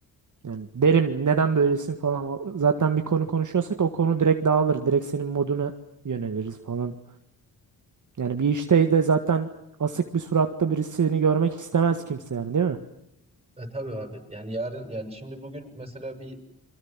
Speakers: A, on the right; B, on the right.
A: Yani derim neden böylesin falan. O- Zaten bir konu konuşuyorsak o konu direkt dağılır. Direkt senin moduna yöneliriz falan. Yani bir işte
B: Aynen.
A: de zaten asık bir suratta birisini görmek istemez kimse yani değil mi?
B: E tabii abi. Yani yarın yani şimdi bugün mesela bir